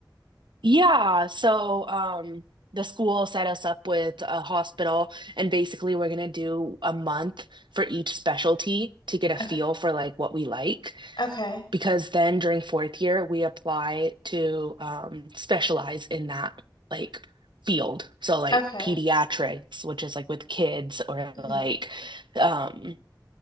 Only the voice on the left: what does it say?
Okay.
Okay.
Okay.
hmm